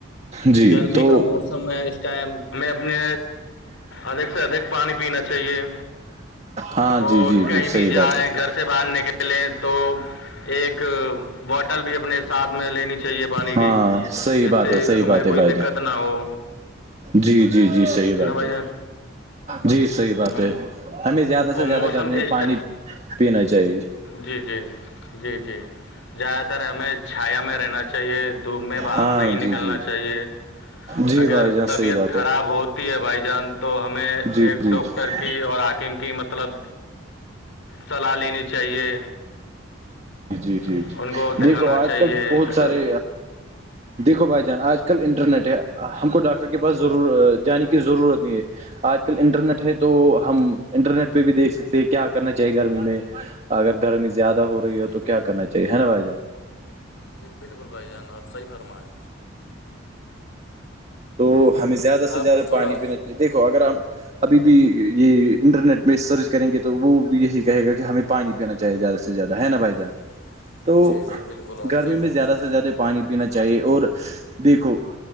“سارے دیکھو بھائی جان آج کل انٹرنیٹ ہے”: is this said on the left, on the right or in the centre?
Right